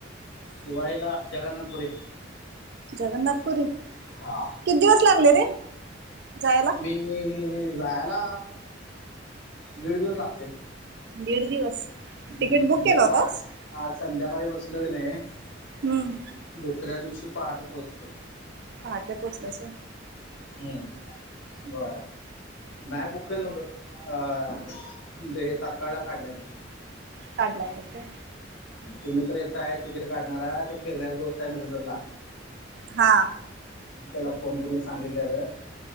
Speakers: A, on the left (about 80°); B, on the right (about 60°).
A: दिवाळीला जगन्नाथपुरी.
B: जगन्नाथपुरी किती
A: हा
B: दिवस लागले रे. जायला
A: मी जायला दीड दिवस लागतंय.
B: दीड दिवस.
A: हम्म
B: तिकीट बुक
A: म्हणजे
B: केलं होतास
A: आज आज संध्याकाळी बसल नाही
B: हम्म
A: दुसऱ्या दिवशी पहाटे पोचतोय.
B: पहाटे पोचलंच
A: हम्म हो नाही बुक केलं नव्हतं अ हे तातकाळला काढलेलं
B: काडला तर
A: ते मित तर्र एकटा आहे तिकीट काढणारह ते किरण्याचा दोस्त आहे मिरेजरला
B: हा
A: त्याला फोन करून सांगितल्या तर